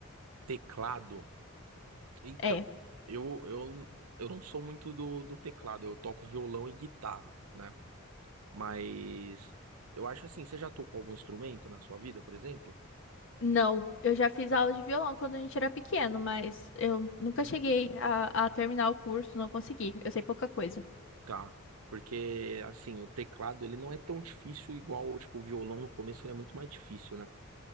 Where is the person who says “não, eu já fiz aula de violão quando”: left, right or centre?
Left